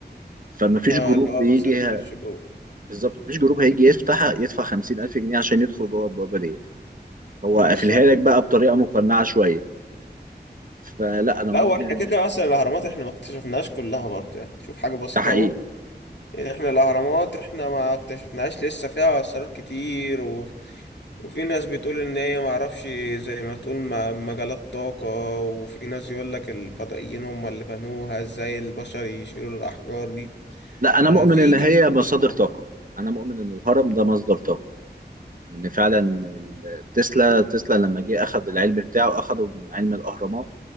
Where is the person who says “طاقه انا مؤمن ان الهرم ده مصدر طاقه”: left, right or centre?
Right